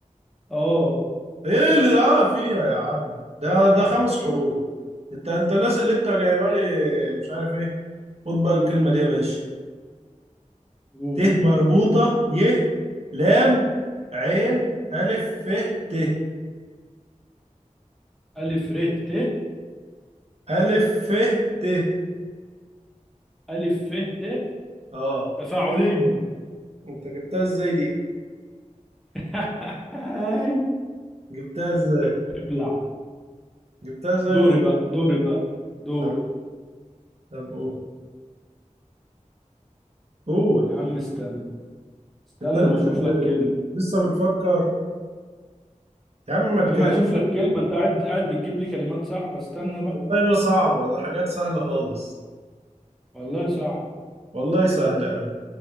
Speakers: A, in the centre; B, on the right (about 50°).
A: اه
B: ايه اللي اه فيها يا عم ده ده خمس حروف انت انت الناس اللي انت جايبها لي مش عارف ايه خد بقى الكلمة دي يا باشا
A: اوه
B: ت مربوطة ي لام عين ألف ف ت
A: ألف ر ت
B: ألف ف ت
A: ألف ف ت
B: اه
A: تفاعلية
B: انت جبتها ازاي دي
A: <laughs>
B: جبتها ازاي
A: ابلع
B: جبتها ازاي
A: دوري
B: والله
A: بقى دوري بقى دوري
B: طب طب قول قول
A: يا عم استنى استنى
B: انت لسه
A: ما اشوف
B: ب...
A: لك كلمة
B: لسه بتفكر يا عم ما تجهز
A: يا عم اشوف لك كلمة انت قاعد قاعد بتجيب لي كلمات صعبة استنى بقى
B: والله ما صعبة ده حاجات سهلة خالص
A: والله صعب
B: والله سهلة أوي